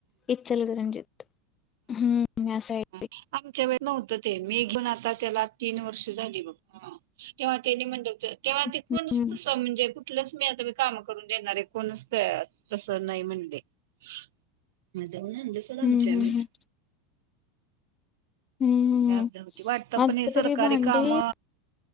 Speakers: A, on the left (about 30°); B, on the right (about 70°).
A: इचलकंरजित. हम्म. <unintelligible>
B: हं आमच्यात <unintelligible> ते मी घेऊन आता त्याला तीन वर्ष झाली बघ हां तेव्हा त्यांनी म्हणलं होतं त तेव्हा ते
A: हम्म
B: कोण <unintelligible> कुठलच मी आता काम करून देणारेय कोणच तसं नाही म्हणले. <unintelligible> आमची
A: हम्म
B: आम्हीच.
A: हम्म हम्म हम्म
B: ते आपल्या भोवती वाटतं
A: आता
B: पण हे
A: तरी
B: सरकारी
A: भांडी
B: काम